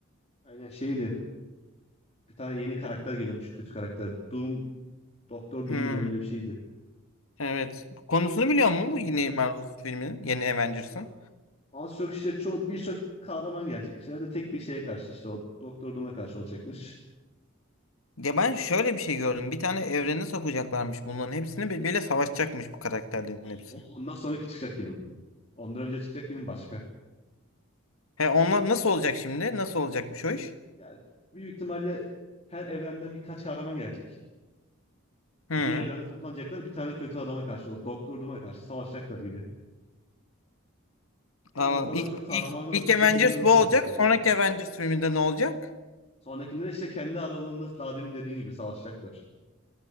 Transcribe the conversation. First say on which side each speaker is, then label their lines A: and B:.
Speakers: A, on the left (about 30°); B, on the left (about 85°).
A: Aynen şeydi. Bir tane yeni karakter geliyormuş kötü karakter. Doom, Doktor
B: Hmm,
A: Doom mu ne öyle bir şeydi.
B: evet. Konusunu biliyor
A: O
B: musun
A: film
B: bu yeni Marvel filminin? Yeni Avengers'ın.
A: ya az çok işte çoğu birçok kahraman gelecekmiş. Herhalde tek bir şeye karşı işte o Doktor Doom'a karşı olacakmış.
B: Ya ben şöyle bir
A: Hani
B: şey gördüm. Bir tane evrene sokacaklarmış bunların hepsini birbiriyle savaşacakmış bu karakterlerin
A: o-
B: hepsi.
A: o- Ondan sonraki çıkacak film. Ondan önce çıkacak film başka.
B: He onlar nasıl olacak şimdi? Nasıl olacakmış o iş?
A: Yani büyük ihtimalle her evrenden birkaç kahraman gelecek. Hani
B: Hı.
A: bir evrende toplanacaklar bir tane kötü adama karşı, o Doktor Doom'a karşı savaşacaklar gibi. Ama
B: Anladım.
A: o kadar
B: İlk,
A: çok kahramanı
B: ilk, ilk Avengers
A: bir filmde nasıl
B: bu olacak.
A: yapacaklar
B: Sonraki
A: yani?
B: Avengers filminde ne olacak?
A: Sonrakinde de işte kendi aralarında daha demin dediğin gibi savaşacaklar.